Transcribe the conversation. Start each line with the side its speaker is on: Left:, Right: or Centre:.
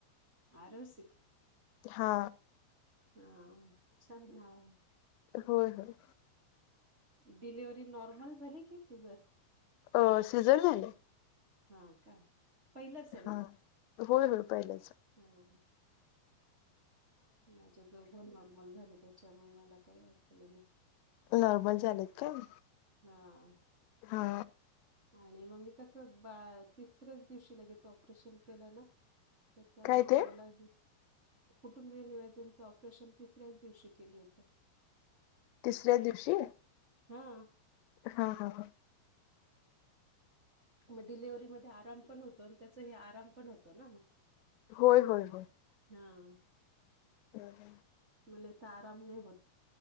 Right: आरोस
Left: हा.
Right: हा छान नाव आहे.
Left: होय होय ‌.
Right: डिलिव्हरी नॉर्मल झाली की सिझर?
Left: अं सिझर झालय.
Right: हा का. पहिलंच
Left: हा होय, होय पहिल्याच.
Right: हम्म. माझे दोघं नॉर्मल झाले त्याच्यामुळे मला काही वाटले नाही.
Left: नॉर्मल झालेत काय?
Right: हा
Left: हा.
Right: आणि मग मी कसं बा तिसऱ्याच दिवशी लगेचं ऑपरेशन केल्या ना. त्याच्यामुळे
Left: काय ते
Right: मग मला हे कुटुंबीय नियोजनचं ऑपरेशन तिसऱ्या दिवशी केली होतं.
Left: तिसऱ्या दिवशी?
Right: हम्म.
Left: हा हा हा.
Right: मग डिलिव्हरी मध्ये आराम पण होतो आणि त्याचाही आराम पण होतो ना मग.
Left: होय, होय, होय.
Right: हा.
Left: हम् हम. <inaudible>
Right: म नाहीत आराम नाही होत.